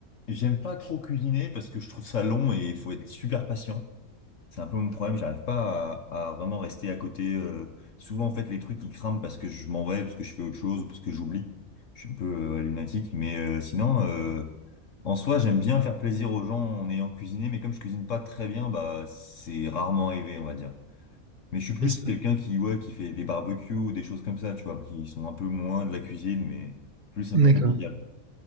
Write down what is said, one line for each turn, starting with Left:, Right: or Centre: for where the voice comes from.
Left: j'aime pas trop cuisiner parce que je trouve ça long et il faut être super patient. C'est un peu mon problème, j'arrive pas à, à vraiment rester à côté. euh, Souvent en fait les trucs ils crament parce que je m'en vais, parce que je fais autre chose, parce que j'oublie. Je suis un peu euh, ouais, lunatique, mais euh, sinon euh, en soi j'aime bien faire plaisir aux gens en ayant cuisiné, mais comme je cuisine pas très bien, bah c'est rarement arrivé on va dire. Mais je suis plus
Right: Et ça-
Left: quelqu'un qui, ouais, qui fait des barbecues ou des choses comme ça, tu vois, qui sont un peu moins de la cuisine, mais plus un
Right: D'accord.
Left: peu convivial.